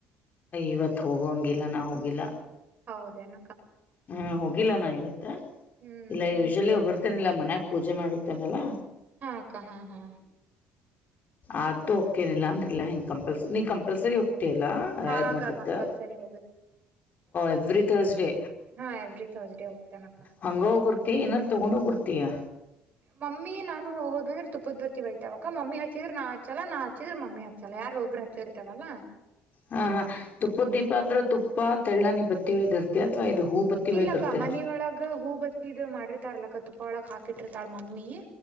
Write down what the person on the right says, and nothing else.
ಹೌದನ
ಹ್ಮ್
ಹಾ ಅಕ್ಕ ಹಾ ಹಾ
ಹಾ ಅಕ್ಕ
ಕಂಪಲ್ಸರಿ
ಹಾಂವರಿ ಥರ್ಸ್ಡೆ ೋಗತನಕ
ಮಮ್ಮಿ ನಾನು ಹೋದ್ ಅಂದ್ರೆ ತುಪ್ಪದ ಬತ್ತಿ ಬಯತವಕ್ಕ ಮಮ್ಮಿ ಹಚ್ಚಿದ್ರ ನಾ ಹಚ್ಚಲ್ಲ ನಾ ಹಚ್ಚಿದ್ರ ಮಮ್ಮಿ ಹಚ್ಚಲ್ಲ ಯಾರ ಒಬ್ರು ಹಚ್ಚಿರ್ತೇವಲ್ಲಾ
ಇಲ್ಲಕ್ಕ
ಮನಿಯೊಳಗ ಹೂ ಬತ್ತಿದ ಮಾಡಿರ್ತಾರಲಕ್ಕ ತುಪ್ಪ ಒಳಗ ಹಾಕಿಟ್ಟಿರ್ತಾಳ ಮಮ್ಮಿ